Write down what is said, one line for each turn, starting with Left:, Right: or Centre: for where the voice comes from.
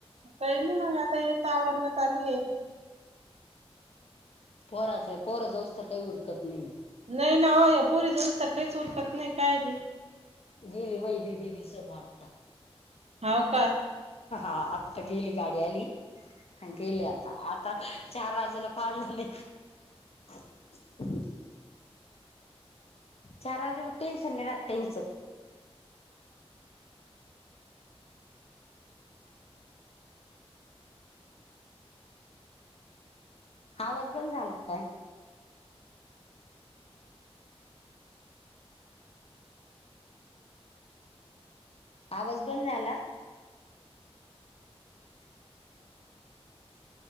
Right: काही नाही मग आता ये आवरण चालू आहे.
Left: पोहराच आहे पोहरा जाऊस तर काही उरकत नाही.
Right: नाही ना हो पोरी जास् तर काहीच उलकत नाही काय ते.
Left: गेली महि दीदी विी सं वाटता
Right: होा का
Left: हा आत्ता गेली गाडी आली गेले आता आता चार वाजेला पाडलं नाही <unintelligible> चार वाज लक् टेनस ने त इनस. हावाज बण झाला काय? आवाज बंद झाला. <unintelligible>